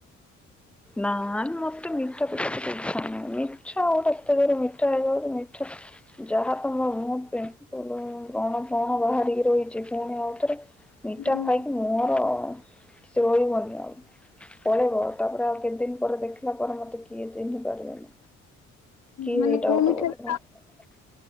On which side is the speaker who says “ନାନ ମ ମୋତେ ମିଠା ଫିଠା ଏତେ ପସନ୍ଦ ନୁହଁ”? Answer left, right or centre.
Centre